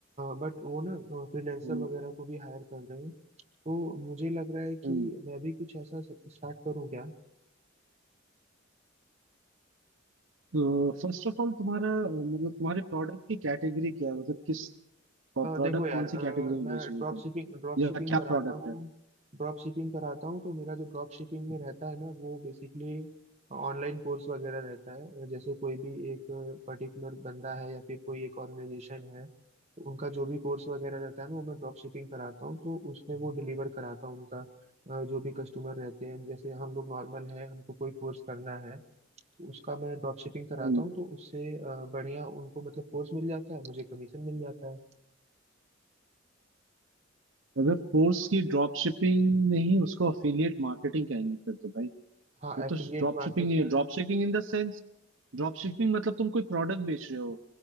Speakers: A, on the right; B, on the right.
A: बट वो ना फ्रीलैंसर
B: हम्म
A: वगैरह को भी हायर कर रहे हैं तो मुझे लग रहा है कि
B: हम्म।
A: मैं भी कुछ ऐसा स्टार्ट करूं क्या
B: तो फर्स्ट ऑफ ऑल तुम्हारा अ, मतलब तुम्हारे प्रोडक्ट की कैटेगरी क्या है मतलब किस
A: अ,
B: प्रोडक्ट
A: देखो यार
B: कौन
A: अ,
B: सी कैटेगरी में
A: मैं
B: बेच रहे
A: ड्रॉप
B: हो तुम
A: शिपिंग ड्रॉप शिपिंग
B: या क्या
A: कराता
B: प्रोडक्ट
A: हूँ
B: है
A: ड्रॉप शिपिंग कराता हूँ तो मेरा जो ड्रॉप शिपिंग में रहता है ना वो बेसिकली ऑनलाइन कोर्स वगैरह रहता है जैसे कोई भी एक पर्टिकुलर बंदा है या फिर कोई एक ऑर्गेनाइजेशन है तो उनका जो भी कोर्स वगैरह रहता है ना वो मैं ड्रॉप शिपिंग कराता हूँ तो उसमें वो डिलीवर कराता हूँ उनका अ, जो भी कस्टमर रहते हैं जैसे हम लोग नॉर्मल है हमको कोई कोर्स करना है तो उसका मैं ड्रॉप शिपिंग कराता
B: हम्म
A: हूँ तो उससे अ, बढ़िया उनको मतलब कोर्स मिल जाता है मुझे कमीशन मिल जाता है
B: अगर कोर्स की ड्रॉप शिपिंग नहीं उसको अफिलिएट मार्केटिंग कहेंगे फिर तो भाई
A: हाँ
B: वो
A: एफिलिएट
B: तो ड्रॉप
A: मार्केटिंग
B: शिपिंग नहीं है Drop shipping in the sense drop shipping मतलब तुम कोई प्रोडक्ट बेच रहे हो